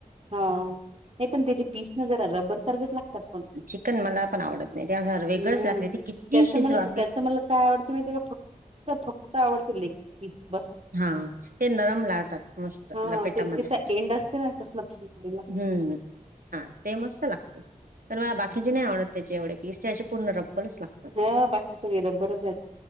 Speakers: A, on the right; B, on the right.
A: हाव! नाही पण त्याचे पीस न जरा रब्बर सारखेच लागतात पण
B: चिकन मला पण आवडत नाही त्या वेगळंच
A: हम्म!
B: लागते ते किती
A: त्याच
B: शिजवा
A: मला त्याच मला काय आवडत माहित हाय का फक्त फक्त आवडते ले ग पीस बस
B: हा ते नरम लागतात मस्त
A: हा
B: लपेटामध्ये
A: ते त्याचा एंड असते ना तसलं खेकडीला.
B: हम्म हा ते मस्त लागत. तर मला बाकीचे नाही आवडत त्याचे एवढे पीस ते असे पूर्ण रबरच लागत.
A: हा बाकी सगळे रबरच आहेत.